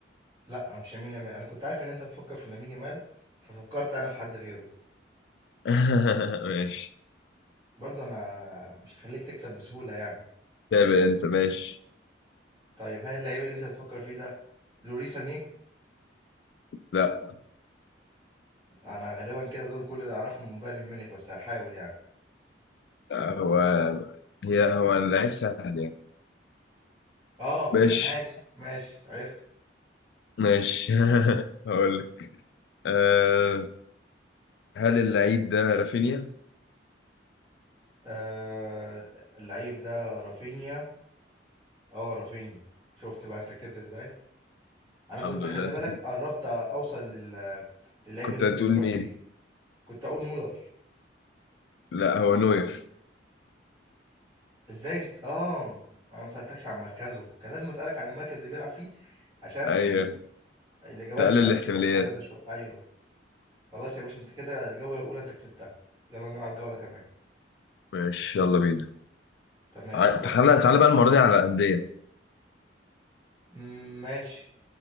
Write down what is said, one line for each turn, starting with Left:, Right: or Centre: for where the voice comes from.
Right: لأ، مش لامين يامال، أنا كنت عارف إن أنت هتفكر في لامين يامال، ففكرت أنا في حد غيره.
Left: <laughs> ماشي
Right: برضه أنا مش هاخليك تكسب بسهولة يعني.
Left: تابع انت ماشي
Right: طيب هل اللعيب اللي أنت بتفكر فيه ده لوريس سانيه؟
Left: لا
Right: أنا غالبا كده دول كل اللي أعرفهم من بايرن ميونخ بس هحاول يعني.
Left: هو هي هو اللعيب سهل يعني
Right: آه
Left: ماشي
Right: ماشي ماشي عرفت.
Left: ماشي <laughs> هقول لك أه هل اللعيب ده رافينيا
Right: آه اللعيب ده رافينيا. آه رافينيا. شفت بقى أنت كسبت إزاي؟ أنا كنت
Left: الحمد لله
Right: خلي
Left: انت
Right: بالك
Left: كنت
Right: قربت أوصل لل... للعيب
Left: كنت
Right: اللي أنت
Left: هتقول
Right: بتفكر
Left: مين
Right: فيه. كنت أقول مولر
Left: لا هو نوير
Right: ازاي انت اه ما انا ما سالتكش عن مركزه كان لازم اسالك عن المركز اللي بيلعب فيه عشان
Left: ايوه
Right: يعني الاجابات
Left: تقلل
Right: بتاعتي
Left: الاحتماليات
Right: تبقى محدده شويه ايوه خلاص يا باشا انت كده الجوله الاولى انت كسبتها يلا نلعب جوله كمان
Left: ماشي يلا بينا
Right: تمام
Left: ع-
Right: فك...
Left: تعالى تعالى بقى المرة دي على الأندية
Right: مم، ماشي